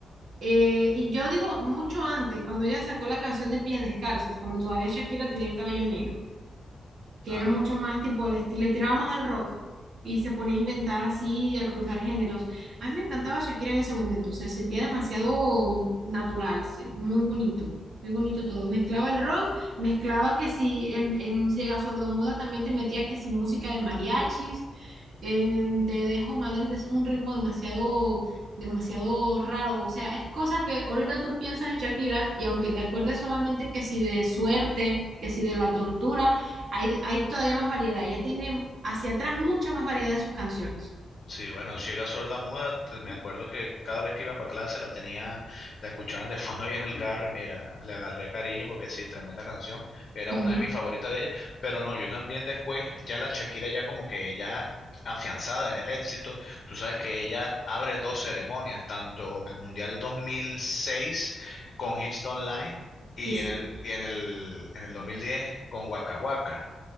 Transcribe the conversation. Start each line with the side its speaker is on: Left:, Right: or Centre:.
Right: eh, y yo digo mucho antes, cuando ella sacó la canción de Pies Descalzos, cuando todavía Shakira tenía el cabello negro. que
Left: no,
Right: era
Left: no,
Right: mucho más tipo el estilo, le tiraba más al rock y se ponía a inventar así, a cruzar géneros. A mí me encantaba Shakira en ese momento, se sentía demasiado natural, se- muy bonito, muy bonito todo. Mezclaba el rock, mezclaba que si en, en Ciega Sordomuda también te metía que si música de mariachis, en Te Dejo Madrid, eso es un ritmo demasiado... demasiado raro, o sea, es cosa que ahorita tú piensas en Shakira y aunque te acuerdes solamente que si de suerte, que si de la tortura, hay, hay todavía más variedad. Ella tiene hacia atrás mucha más variedad de sus canciones.
Left: Sí, bueno, ciega, sorda, muda, te- me acuerdo que cada vez que iba para clase la tenía, la escuchaban de <laughs> fondo ahí en el carro y mira, le agarré cariño porque sí, tremenda canción, era
Right: Ujú,
Left: una de mis favoritas de ella, pero no, yo también después, ya la Shakira ya como que ya afianzada en el éxito, tú sabes que ella abre dos ceremonias, tanto en el Mundial 2006 con Hips Don't Lie y
Right: Sí, sí.
Left: en el, y en el, en el 2010 con Waka Waka.